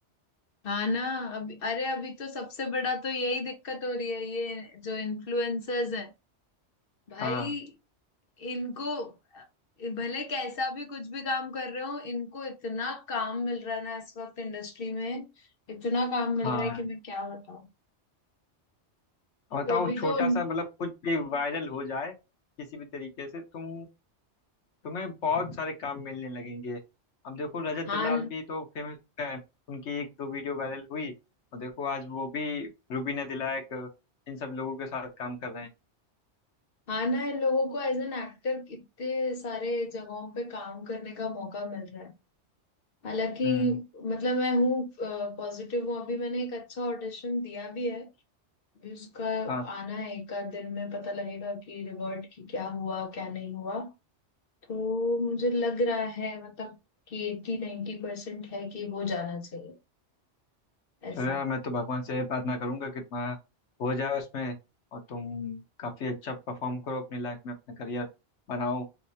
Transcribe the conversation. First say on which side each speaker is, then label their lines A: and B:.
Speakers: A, on the left; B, on the left.
A: हाँ ना अभी अरे अभी तो सबसे बड़ा तो यही दिक्कत हो रही है ये जो इन्फ्लुएंसर्स हैं भाई
B: हाँ
A: इनको भले कैसा भी कुछ भी काम कर रहे हो इनको इतना काम मिल रहा है ना इस वक्त इंडस्ट्री में इतना काम मिल
B: हाँ
A: रहा है कि मैं क्या बताऊं
B: बताओ
A: तो अभी
B: छोटा
A: तो उन-
B: सा मतलब कुछ भी वायरल हो जाए किसी भी तरीके से तुम तुम्हें बहुत सारे काम मिलने लगेंगे अब देखो रजत
A: हाँ
B: दलाल भी तो फेमस हैं उनकी एक दो वीडियो वायरल हुई और देखो आज वो भी रुबीना दिलायक इन सब लोगों के साथ काम कर रहे हैं
A: हाँ ना इन लोगों को एज एन एक्टर कितने सारे जगहों पे काम करने का मौका मिल रहा है हालांकि
B: हम्म
A: मतलब मैं हूँ पॉजिटिव हूँ अभी मैंने एक अच्छा ऑडिशन दिया भी है अभी उसका
B: हाँ
A: आना है एक आध दिन में पता लगेगा कि रिवर्ट की क्या हुआ क्या नहीं हुआ तो मुझे लग रहा है मतलब कि एट्टी 90% परसेंट है कि हो जाना चाहिए ऐसा
B: चलो यार मैं तो भगवान से यही प्रार्थना करूंगा कि तुम्हारा हो जाए उसमें और तुम काफी अच्छा परफॉर्म करो अपनी लाइफ में अपना करियर बनाओ